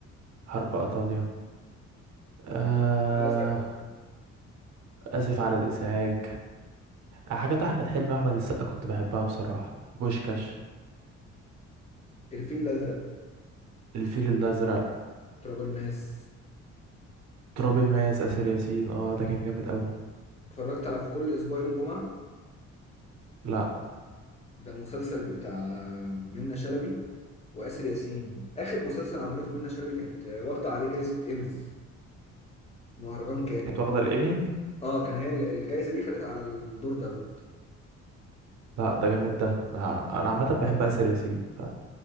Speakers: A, on the right; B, on the left.
A: حرب إيطاليا آه
B: الفيل الأزرق
A: آسف على الإزعاج آه، حاجات احمد حلمي واحمد السقا كنت بحبها بصراحه بوشكاش
B: الفيل الأزرق
A: الفيل الازرق
B: تراب الماس
A: تراب الماس اسر ياسين اه ده كان جامد قوي
B: اتفرجت على في كل اسبوع يوم جمعة
A: لا
B: ده مسلسل بتاع منة شلبي وآسر ياسين اخر مسلسل عملته منة شلبي كانت واخدة عليه جايزة ايميز في مهرجان كان
A: كانت واخده الايمي
B: اه كان هي ال- الجايزة دي خدتها على الدور دوت
A: لا ده جامد ده لا، انا عامه بحب اسر ياسين ف